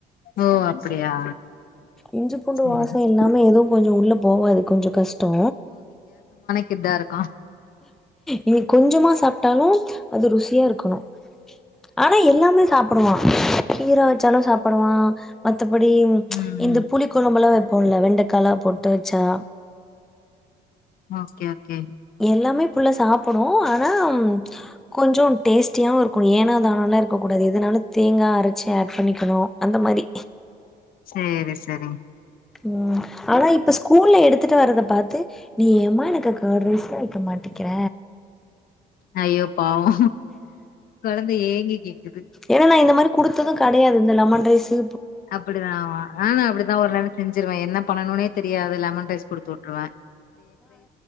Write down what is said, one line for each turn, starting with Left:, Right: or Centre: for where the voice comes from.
Left: ஓ அப்டியா?
Centre: இஞ்சி பூண்டு
Left: சேரி
Centre: வாசோ
Left: சே
Centre: இல்லாமே எதுவு கொஞ்சோ உள்ள போகாது கொஞ்சோ கஷ்டோ
Left: கிட்டே இருக்கா
Centre: இனி கொஞ்சமா சாப்பட்டாலு அது ருசியா இருக்கணு ஆனா எல்லாமே சாப்பிடுவா கீரை வெச்சாலு சாப்புடுவா அது மத்த படி
Left: ம்
Centre: இந்த
Left: ம்.
Centre: புளிக் கொழம்புலா வெப்போம்ல வெண்டக் கலா பொட்டு வெச்சா
Left: ஓகே ஓகே
Centre: எல்லாமே புள்ள சாப்புடு ஆனா கொஞ்சோம் டேஸ்டியாவு இருக்குனு ஏனா தான் நல்லா இருக்கக்கூடாது எதனாலு தேங்காய் அரைச்சு ஆட் பண்ணிக்கணு அந்த மாரி
Left: சேரி செரி
Centre: ம் ஆனா, இப்ப ஸ்கூல்ல எடுத் துட்டு வர்றத பார்த்து நீ ஏமா எனக்கு கர்டு ரைஸ்ல வைக்க மாட்டிக்கிற
Left: அய்யோ பாவோ கொழந்த ஏங்கி கேக்குது.
Centre: ஏன்னா நா இந்த மாத் கொடுத்ததும் கெடையாது இந்த லெமண் ரைசு
Left: அப்டிதா ஆவேன நானு அப்படித்தான் ஒரு நேரோ செஞ்சிருவே என்ன பண்ணணும்னே தெரியாது லெமன் ரைஸ் குடுத்து விட்டுருவே